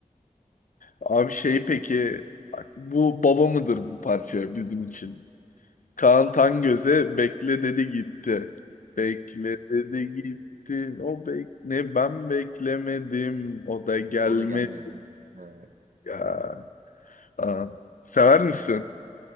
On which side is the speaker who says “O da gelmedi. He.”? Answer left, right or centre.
Right